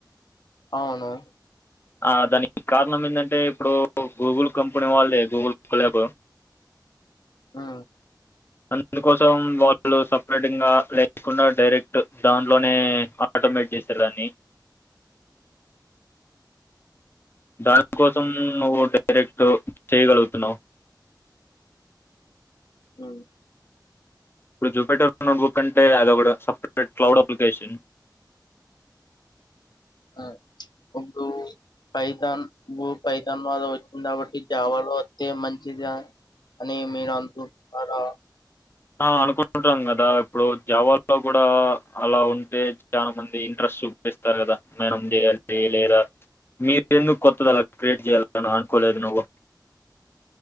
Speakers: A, on the left; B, on the left.
A: అవును
B: ఆ దానికి కారణం ఏందంటే ఇప్పుడు గూగుల్ కంపెనీ వాళ్ళే గూగుల్ కోల్బ్
A: ఉ
B: అందుకోసం వాళ్ళు సెపరేటింగ లేకుండా డైరెక్ట్ దాంట్లోనే ఆటోమేటిక్ చేసారు దాన్ని దానికోసం నువ్వు డైరెక్ట్ చేయగలుగుతున్నావ్
A: ఉం
B: ఇప్పుడు జూపీటర్ నోట్బుక్ అంటే అది కూడా సపరేట్ క్లౌడ్ అప్లికేషన్
A: ఆ ఒక్కో పైతాన్ ఉ పైతాన్ వాద వచ్చింది కాబట్టి జావాలో వత్తే మంచిద అని మీరనుకుంటున్నారా
B: ఆ అనుకుంటుంటాం కదా ఇప్పుడు జావాలో కూడా అలా ఉంటే చాలా మంది ఇంట్రెస్ట్ చూపిస్తారు కదా మేనం చేయాలి లేరా మీరెందుకు కొత్త దలా క్రియేట్ చేయాలని అనుకోలేదు నువ్వు